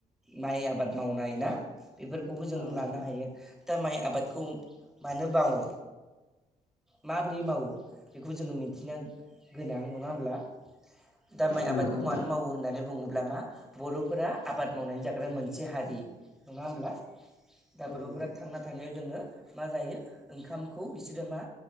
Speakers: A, in the centre; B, on the left.
A: माइ आबाद मावनाय ना बेफोरखौबो जों
B: औ
A: लानो
B: नंगौ
A: हायो। दा माइ आबादखौ मानो बावो माबोरै मावो बेखौ जोङो मिथिनाया गोनां, नङा होमब्ला? दा माइ
B: औ
A: आबादखौ
B: नंगौ नोंथां
A: मानो मावो होननानै ङोब्ला मा बर'फोरा आबाद मावनानै जाग्रा मोनसे हारि नङा होमब्ला? दा
B: औ
A: बर'फोरा
B: नंगौ
A: थांना थानायाव जोङो मा जायो ओंखामखौ बिसोरो मा